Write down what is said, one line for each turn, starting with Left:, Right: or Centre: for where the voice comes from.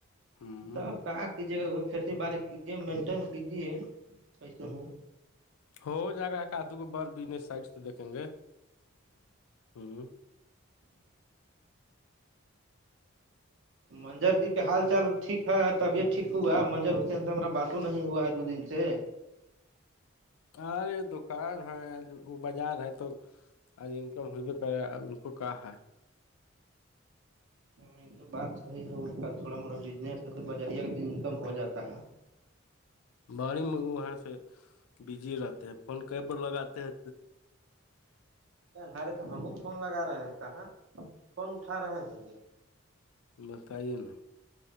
Left: ہ
Right: س پ کیجیے کھیتی باڑی کیجے مینٹین کیجیےسے ہوں
Left: ہو جائے گا کادگ بر بج نے سائڈ سے دیکھیں گے ہوں
Right: منجر جی کے حال چال ٹھیک ہ طبیعت ٹھیک ہوا ہے منجر ہوس ان سے ہما باتوں نہیں ہوا ہے دو دن سے
Left: ارے دکان ہے وہ بازار ہے تو آج انکم ہو بھی پا ان کو کہاں ہے
Right: نہیں تو بات صحیح ہے ان کا تھوڑا موٹا بزنس ہے تو بجریا کا دن انکم ہو جاتا ہے
Left: بڑی میں وہاں سے بزی رہتے ہیں فون کئی بار لگاتے ہیں
Right: ارے تو ہمو فون لگا رہے ہیں کہاں فون اٹھا رہے ہیں جی
Left: بتائیے نا